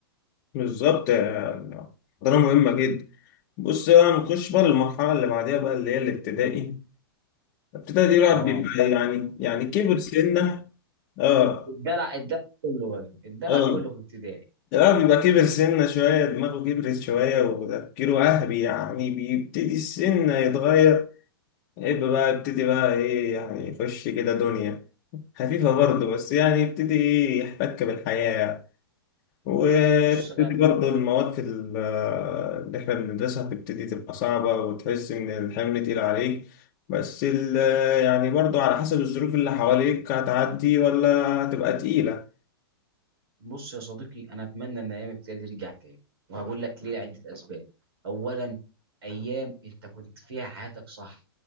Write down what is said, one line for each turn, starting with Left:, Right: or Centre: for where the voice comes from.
Left: بالظبط آه، الحضانة مهمة جدا بص بقى نخش بقى للمرحلة اللي بعديها بقى اللي هي الابتدائي ابتدائي الواحد
Right: اه
Left: بيبقى يعني يعني كبر سنة اه
Right: الدلع الدلع كله بقى الدلع
Left: اه
Right: كله في ابتدائي
Left: الواحد بيبقى كبر سنة شوية دماغه كبرت شوية وتفكيره أهبي يعني بيبتدي السن يتغير يبقى بقى يبتدي بقى إيه يعني يخش كده دنيا خفيفة برضه بس يعني يبتدي إيه يحتك بالحياة وتبتدي
Right: بص
Left: برضه المواد في ال- اللي احنا بندرسها تبتدي تبقى صعبة وتحس إن الحمل تقيل عليك بس ال- يعني برضه على حسب الظروف اللي حواليك هتعدي ولا هتبقى تقيلة
Right: بص يا صديقي انا اتمنى ان ايام ابتدائي دي رجعت تاني وهقول لك ليه لعده اسباب اولا ايام انت كنت فيها حياتك صح